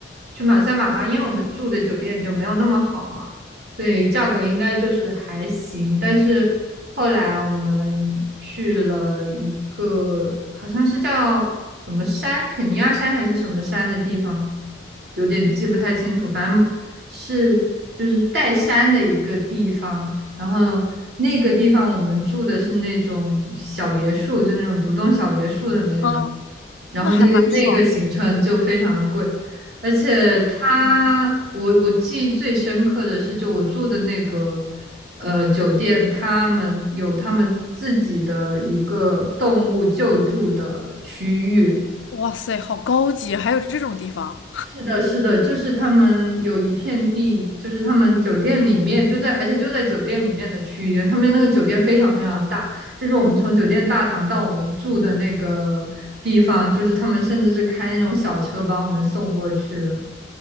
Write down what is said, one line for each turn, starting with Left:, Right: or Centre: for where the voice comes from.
Right: 去马赛马拉，因为我们住的酒店就没有那么好嘛，所以价格应该就是还行。但是后来我们去了一个好像是叫什么山，肯尼亚山还是什么山的地方，有点记不太清楚，反正是就是带山的一个地方。然后那个地方我们住的是那种小别墅，就那种独栋小别墅的那种。
Left: 嗯，
Right: 然后那个那个行程就非常贵，
Left: 那还蛮爽的。
Right: 而且它我我记忆最深刻的是，
Left: 嗯，
Right: 就我住的那个呃酒店，他们有他们自己的一个动物救助的区域，
Left: 哇塞，好高级，还有这种地方，
Right: 是的，是的，就是他们有一片地，就是他们酒店里面就在，而且就在酒店里面的区域，他们那个酒店非常非常大，就是我们从酒店大堂到我们住的那个地方，就是他们甚至是开那种小车把我们送过去的，